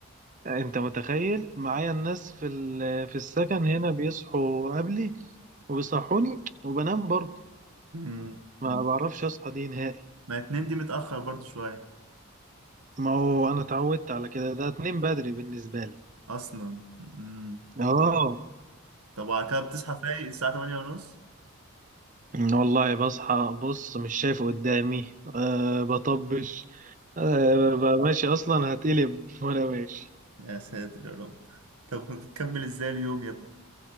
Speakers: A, on the right; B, on the right.
A: انت متخيل معايا الناس في ال- في السكن هنا بيصحوا قبلي وبيصحوني وبنام برضه
B: مم.
A: ما
B: مم.
A: بعرفش اصحى دي نهائي
B: ما اتنين دي متأخر برضو شوية
A: ما هو انا اتعودت على كده ده اتنين بدري بالنسبة لي
B: اصلا مم.
A: اه
B: طب وعلى كده بتصحى فايق الساعة 8:30 ونص
A: والله بصحى بص مش شايف قدامي أه بطبش أه ببقى ماشي أصلا هتقلب وأنا ماشي
B: يا ساتر يا رب طب بتكمل ازاي اليوم يا ابني